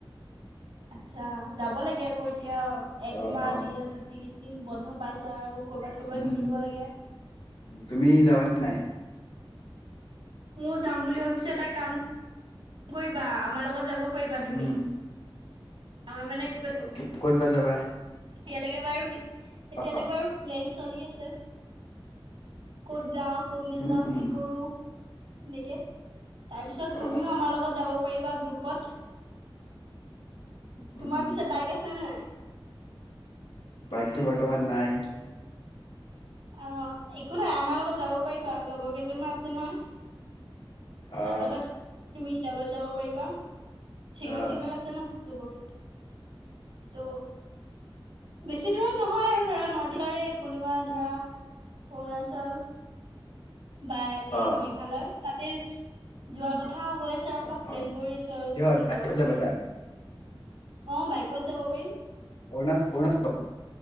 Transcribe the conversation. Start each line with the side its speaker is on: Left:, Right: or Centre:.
Right: আচ্ছা যাব লাগে আকৌ এতিয়া একমাহ
Left: অ অ
Right: দিয়েটো ত্ৰিশ দিন বন্ধ পাইছা আৰু কৰ'বাত কৰ'বাত
Left: উম
Right: ঘূৰিব লাগে।
Left: তুমি যাবা নে নাই?
Right: মইও যাম বুলি ভাবিছো এটা কাম কৰিবা আমাৰ লগত যাব পাৰিবা তুমি।
Left: উম
Right: আমাৰ মানে <unintelligible>
Left: অ কি ক'ত বা যাবা
Right: এতিয়ালেকে বাৰু এতিয়ালেকে
Left: অ
Right: বাৰু প্লেন চলি আছে। ক'ত যাও, ক'ত নাযাও
Left: উম উম
Right: কি কৰো এনেকে তাৰ পিছত তুমিও
Left: অ
Right: আমাৰ লগত যাব পাৰিবা গ্ৰুপত।
Left: উম
Right: তোমাৰ পিছে বাইক আছে নে নাই?
Left: বাইকটো বৰ্তমান নাই।
Right: অ একো নাই আমাৰ লগত যাব পাৰিবা লগৰ কেইজন মান আছে নহয়।
Left: আহ
Right: তাৰ লগত তুমি ডাবল যাব পাৰিবা। চিংগোল
Left: আহ
Right: চিংগোল আছে ন <unintelligible> ত বেছি দূৰত নহয় আৰু ধৰা নৰ্থ ইষ্টৰে কোনোবা ধৰা অৰুণাচল বা এই
Left: আহ
Right: মেঘালয় তাতে
Left: উম
Right: যোৱা কথা হৈ আছে ৰখা
Left: অ
Right: প্লেন
Left: অ
Right: কৰি আছো আৰু
Left: কিহত
Right: গোটেই
Left: বাইকত
Right: লগৰ
Left: যাবা
Right: খিনি।
Left: তাত
Right: অ বাইকত যাব পাৰিম।
Left: অৰুণাচ অৰুণাচ